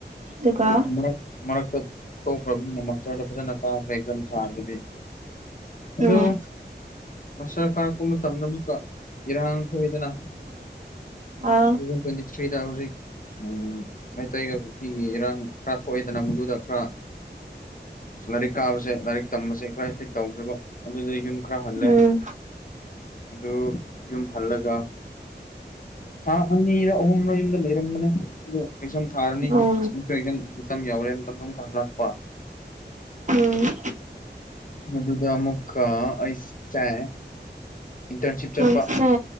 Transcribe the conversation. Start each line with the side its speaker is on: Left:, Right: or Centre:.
Right: ꯑꯗꯨꯒ
Left: ꯃꯔꯛ ꯃꯔꯛꯇ꯫ ꯊꯣꯛꯈ꯭ꯔꯕꯅꯤꯅ ꯃꯁꯇꯔꯗ ꯐꯖꯅ ꯀꯥꯈ꯭ꯔꯦ ꯑꯦꯛꯖꯝ ꯊꯥꯕꯗꯨꯗꯤ ꯑꯗꯣ
Right: ꯎꯝ
Left: ꯃꯁꯇꯔ ꯀꯥꯔꯛꯄ ꯃꯇꯝꯗ ꯑꯃꯨꯛꯀ ꯏꯔꯥꯡ ꯊꯣꯛꯏꯗꯅ꯫
Right: ꯑꯥ
Left: ꯇꯨ ꯊꯥꯎꯖꯟ ꯇ꯭ꯋꯦꯟꯇꯤ ꯊ꯭ꯔꯤꯗ ꯍꯧꯖꯤꯛ꯫ ꯎꯝ ꯃꯩꯇꯩꯒ ꯀꯨꯀꯤꯒ ꯏꯔꯥꯡ ꯈꯔ ꯊꯣꯛꯑꯦꯗꯅ ꯃꯗꯨꯗ ꯈꯔ ꯁꯂꯥꯏꯔꯤꯛ꯫ ꯀꯥꯕꯁꯦ ꯂꯥꯏꯔꯤꯛ ꯇꯝꯕꯁꯦ ꯈꯔ ꯏꯐꯤꯛ ꯇꯧꯈ꯭ꯔꯕ ꯑꯗꯨꯗ ꯌꯨꯝ ꯈꯔ ꯍꯜꯂꯦ꯫
Right: ꯎꯝ
Left: ꯑꯗꯨ ꯌꯨꯝ ꯍꯜꯂꯒ ꯊꯥ ꯑꯅꯤꯔ ꯑꯍꯨꯝꯔ ꯌꯨꯝꯗ ꯂꯩꯔꯝꯕꯅꯦ ꯑꯗꯣ ꯑꯦꯛꯖꯥꯝ ꯊꯥꯔꯅꯤ꯫
Right: ꯑꯣ
Left: ꯑꯗꯨ ꯑꯦꯛꯖꯥꯝ ꯃꯇꯝ ꯌꯧꯔꯦ ꯑꯗꯨꯗ ꯑꯃꯨꯛꯀ ꯍꯜꯂꯛꯄ꯫
Right: ꯎꯝ꯫
Left: ꯃꯗꯨꯗ ꯑꯃꯨꯛ ꯑꯩꯁꯦ ꯏꯟꯇꯔꯟꯁꯤꯞ ꯆꯠꯄ
Right: ꯅꯪꯁꯦ